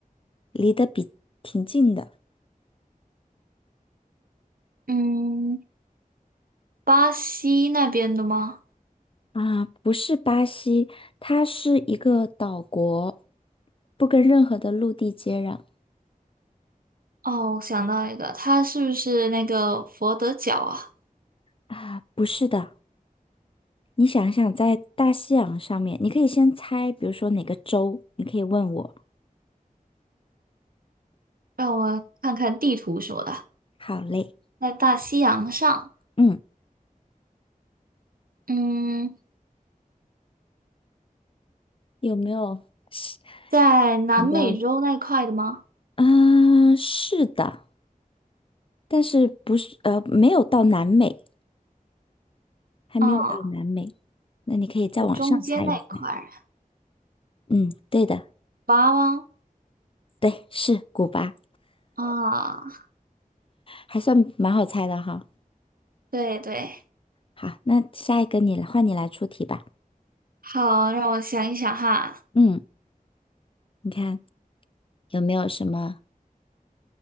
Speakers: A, on the left; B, on the right.
A: 离得比挺近的。
B: 嗯，巴西那边的吗？
A: 啊，不是巴西，它是一个岛国，不跟任何的陆地接壤。
B: 哦，我想到一个，它是不是那个佛得角啊？
A: 啊，不是的，你想想，在大西洋上面，你可以先猜，比如说哪个州，你可以问我。
B: 让我看看地图什么的，
A: 好嘞，
B: 在大西洋上，
A: 嗯，
B: 嗯，
A: 有没有是
B: 在南美洲那块的吗？
A: 想到，啊，是的，但是不是，呃，没有到南美，还没有到南美，
B: 啊，
A: 那你可以再往上猜一猜。
B: 就中间那块儿，
A: 嗯，对的，
B: 巴吗？
A: 对，是古巴，
B: 啊，
A: 还算蛮好猜的哈。
B: 对对，
A: 好，那下一个你来，换你来出题吧。
B: 好，让我想一想哈。
A: 嗯，你看有没有什么？